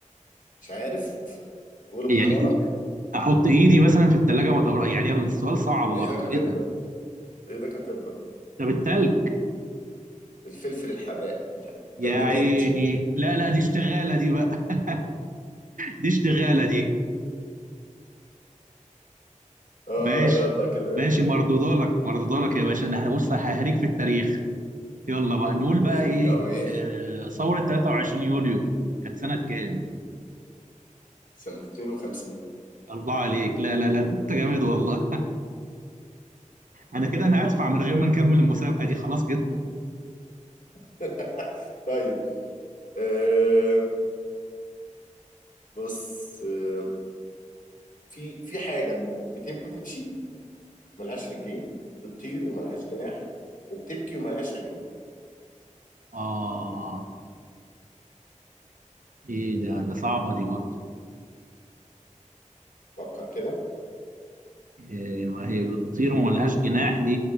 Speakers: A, on the left; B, on the right.
A: مش عارف قول بحمارك
B: يعني احط ايدي مثلا في الثلاجة ما تبردش يعني السؤال صعب برضه
A: ايدك هتبرد
B: ايه ده
A: ايدك هتبرد
B: طب التلج
A: الفلفل الحراق
B: يا
A: تلج
B: عيني
A: بارد
B: لا لا دي اشتغالة دي بقى <laughs> دي اشتغالة دي
A: اه
B: ماشي
A: يلا كمان
B: ماشي مردودة لك مردودة لك يا باشا انا بص ههريك في التاريخ يلا بقى نقول بقى
A: يعني
B: ايه
A: اه ماشي
B: آه، ثورة 23 يوليو كانت سنة كام؟
A: سنة 52
B: الله عليك لا لا لا انت جامد والله انا كده انا هدفع من غير ما نكمل المسابقه دي خلاص كده
A: <laughs> طيب آه بص آه في في حاجة بت- بتمشي ملهاش رجلين بتطير وملهاش جناح وبتبكي وملهاش عينين
B: اه ايه ده ده صعبه دي برضه
A: فكر كده
B: إيه ما هي بتطير وما لهاش جناح دي